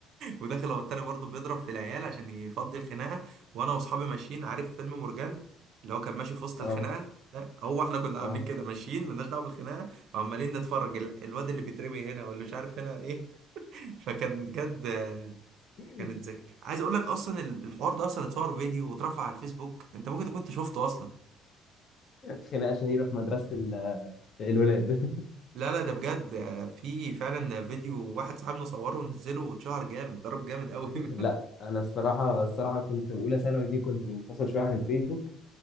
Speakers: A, on the right; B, on the left.
A: وداخل هو التاني برضه بيضرب في العيال عشان يفضي الخناقه وانا واصحابي ماشيين عارف فيلم مورجان اللي هو كان ماشي في وسط
B: اه
A: الخناقه لا هو احنا كنا عاملين
B: اه
A: كده ماشيين مالناش دعوه بالخناقه وعمالين نتفرج ال- الواد اللي بيترمي هنا واللي مش عارف هنا ايه <laughs> فكان بجد آه،
B: <laughs>
A: كانت ذكي عايز اقول لك اصلا ال- الحوار ده اصلا اتصور فيديو واترفع على الفيسبوك انت ممكن تكون انت شفته اصلا
B: خناقه شهيره في مدرسه ال- الولاد
A: لا لا ده بجد آه، في فعلا فيديو واحد صاحبنا صوره ونزله واتشهر جامد ضرب جامد قوي <laughs>
B: <laughs> لا انا الصراحه الصراحه كنت اولى ثانوي دي كنت منفصل شويه عن الفيسبوك